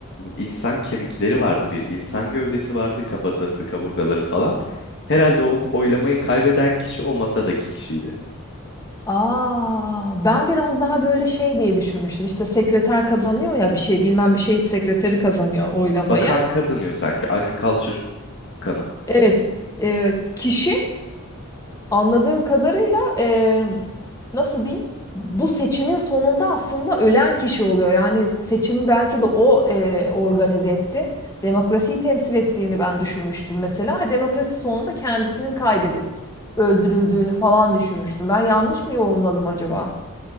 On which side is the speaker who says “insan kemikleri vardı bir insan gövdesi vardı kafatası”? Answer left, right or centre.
Left